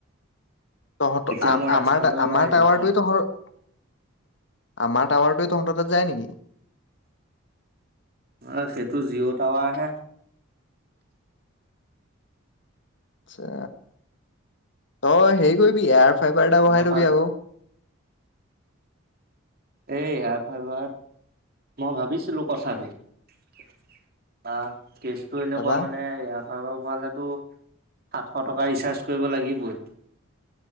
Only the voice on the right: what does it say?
এতিয়া মই
ৰাস্তালৈ ওলাই
আহিলো
ক
অ' সেইটো জিঅ' টাৱাৰহে
আমাৰ
ফাল
এই এয়াৰ ফাইব, মই ভাবিছিলো কথাটো। আহ কেচটো এনেকুৱা
মানে, ইয়াৰ ফাইবাৰ বহালেতো সাতশ টকা ৰিচাৰ্জ কৰিব লাগিবই।